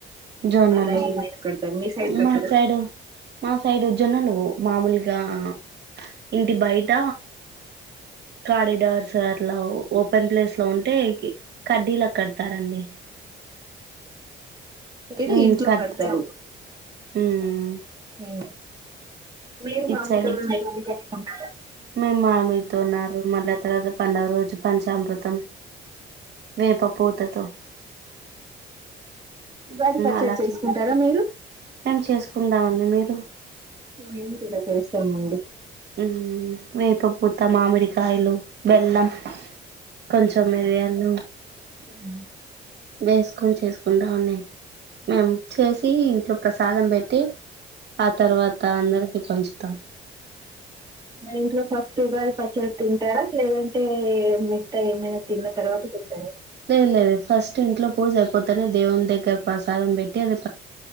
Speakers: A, on the right; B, on the right.
A: జొన్నలు
B: అలా ఏమైనా కడతారు మీ సైడ్ కడతారా
A: మా సైడు మా సైడు జనాలు మామూలుగా ఆ ఇంటి బయట కడిడార్స్ అట్లవు ఓపెన్ ప్లేస్ లో ఉంటే కడ్డీలు కడతారండి
B: మ్మ్
A: ఉమ్
B: <unintelligible> ఇంట్లో
A: కట్
B: కడతారు
A: ఉమ్
B: హు మీరు మామిడి
A: ఇటు సైడు
B: <unintelligible> ఉంటాయి
A: మేము మామిడి తోరణాలు మళ్ళా తర్వాత పండుగ రోజు పంచామృతం వేప పూతతో
B: ఉగాది పచ్చడి
A: అలా
B: చేసుకుంటారా
A: చే
B: మీరు
A: మేం చేసుకుందామండి మీరు
B: మేం కూడా చేస్తాంమండి
A: హు వేపపూత, మామిడికాయలు, బెల్లం కొంచెం, మిరియాలు
B: హు
A: వేసుకొని చేసుకుంటా అండి మేము చేసి ఇంట్లో ప్రసాదం పెట్టి ఆ తర్వాత అందరికి పంచుతాం
B: మరి ఇంట్లో ఫస్ట్ ఉగాది పచ్చడి తింటారా లేదంటే మిగతా ఏమైనా తిన్న తర్వాత తింటారా
A: లే లేదు ఫస్ట్ ఇంట్లో పూజ అయిపోతనే దేవుని దగ్గర ప్రసాదం పెట్టి అది